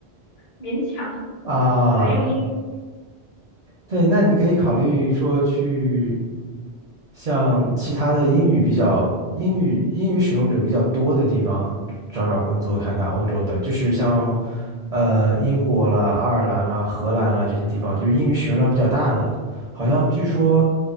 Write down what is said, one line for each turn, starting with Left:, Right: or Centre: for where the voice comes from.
Left: 勉强
Right: 啊、
Left: 只能用英语。
Right: 对，那你可以考虑说去像其他的英语比较英语英语使用者比较多的地方找找工作，看看欧洲的，就是像呃英国啦、爱尔兰啦、荷兰啦这些地方，就是英语使用量比较大的。好像据说